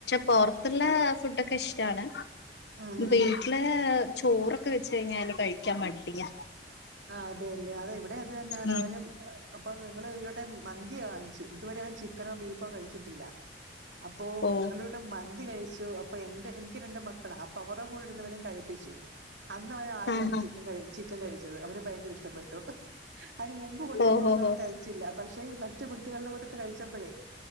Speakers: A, on the left (about 70°); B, on the right (about 80°).
A: പുറത്തുള്ള ഫുഡൊക്കെ ഇഷ്ടാണ്
B: ഉം
A: വീട്ടില്
B: ഉം
A: ഏഹ് ചോറൊക്കെ വെച്ച് കഴിഞ്ഞാല് കഴിക്കാൻ മടിയാ
B: ആ അതെല്ലെ അതെ ഇവിടെ അത് തന്നെയാണ്
A: ഉം
B: അവനും അപ്പൊ ഞങ്ങള് ഒരുരുവട്ടം മന്തിയ വാങ്ങിച്ചു ഇതുവരെ അവൻ ചിക്കനോ ബീഫോ കഴിച്ചിട്ടില്ല അപ്പൊ
A: ഓ
B: ഞങ്ങള് ഇ മന്തി കഴിച്ചു അപ്പൊ എന്റെ എനിക്ക് രണ്ടണ്ട് മക്കളാ അപ്പൊ അവരുടെ കൂടെ ഇരുന്നവരും കഴിപ്പിച്ചു അന്ന് അവന ആദ്യമായിട്ട്
A: ആഹ് ആഹ്
B: ചിക്കൻ ക ചിക്കൻ കഴിച്ചത് അവന് ഭയങ്കര ഇഷ്ടപ്പെട്ടു അതിന് മുമ്പ് കൊടുത്തപ്പോൾ
A: ഓ ഹോ
B: ഒന്നും അവൻ
A: ഹോ
B: കഴിച്ചില്ല പക്ഷേ മറ്റു കുട്ടികളുടെ കൂട്ടത്ത് കഴിച്ചപ്പോഴേ